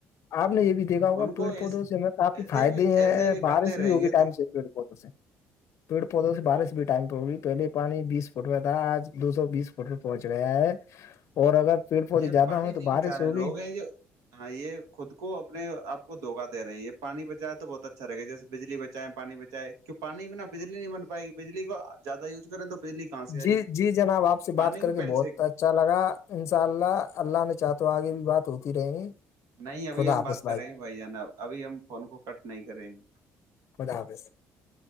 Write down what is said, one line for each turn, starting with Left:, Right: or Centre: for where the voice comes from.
Left: آپ نے یہ بھی دیکھا ہوگا
Right: ان کو
Left: پیڑ
Right: ایسے
Left: پودوں سے ہمیں کافی فائدے
Right: ہی بھی
Left: ہیں
Right: ایسے ہی کرتے
Left: بارش
Right: رہیں
Left: بھی ہوگی
Right: گے تو
Left: ٹائم سے پی بہت سے پیڑ پودوں سے بارش بھی ٹائم پہ ہوگی پہلے پانی بیس فٹ میں تھا آج دو سو بیس ٹل پہنچ گیا ہے اور اگر پیڑ پودے
Right: یہ
Left: زیادہ
Right: پانی
Left: ہوں گے تو
Right: نہیں بچا
Left: بارش
Right: رہے
Left: ہوگی
Right: لوگ ہیں یہ ہاں یہ خود کو اپنےپ کو دھوکا د رہے ہیں یہ پانی بچاائے تو بہت اچھا رہ گا جیسے بجلی ب اہیں پانی بچائے کی پانی بناا بجلی نہیں بن پائے گی بجلی کو زیادہ یوز کریں تو بجلی کہاں سے آئے
Left: جی
Right: گی
Left: جی جناب آپ سے بات
Right: پانی
Left: کر
Right: کی
Left: کے
Right: پہل
Left: بہت
Right: سے
Left: اچھا اچھا لگا انشاء اللہ اللہ نے چاہ تو آگے بھی بات ہوتی رہیں گی
Right: نہیں ابھی
Left: خدا
Right: ہم
Left: حافظ
Right: بات کر رہیں ہیں بھائی جان ابھی ہم فون کو کٹ نہیں کریں گے
Left: خدا حافظ